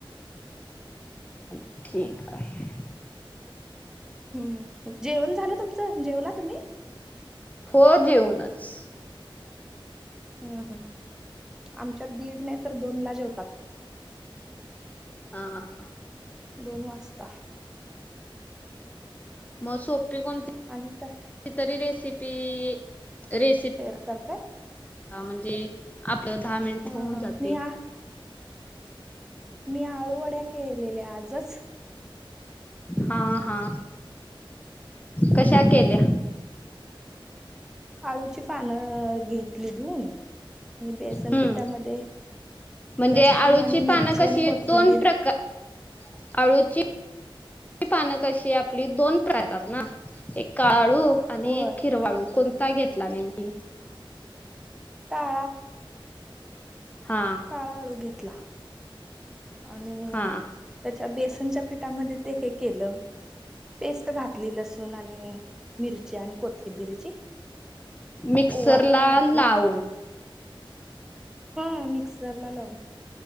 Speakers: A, on the left (about 15°); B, in the centre.
A: हा ठीक हाय.
B: हूम जेवण झालं तुमचं? जेवला तुम्ही?
A: हो जेऊनच.
B: हा हा, आमच्यात दीड नाही तर, दोनला जेवतात.
A: हा हा.
B: दोन वाजता.
A: मग सोपी कोणती?
B: आणि तस
A: कीतीतरी रेसिपी, रेसिपी
B: शेअर करताय
A: हा म्हणजे आपलं दहा मिनिट
B: हा
A: होऊन
B: हा
A: जातील.
B: मी आ मी आळूवड्या केलेल्या आजच.
A: हा हा. कशा केल्या?
B: आळूची पानं घेतली धुूऊन आणि बेसन
A: हम्म
B: पिठामध्ये
A: म्हणजे
B: लसूण
A: आळूची
B: आणि मिरची
A: पान कशी,
B: आणि कोथिंबीर
A: दोन प्रकार आळूची पान वीकशी आपली दोन प्रय येतात ना, एक काळ आळू आणि
B: होय
A: एक हिरव आळू कोण काय घेतला नेमकी?
B: काळा.
A: हा.
B: काळा आळू घेतला आणि
A: हा
B: त्याच्या बेसनच्या पिठामध्ये ते हे केलं पेस्ट घातली, लसूण आणि मिरची आणि कोथिंबीरची.
A: मिक्सरला
B: ओवा थोडा घातला.
A: लावून
B: हा मिक्सरला लावून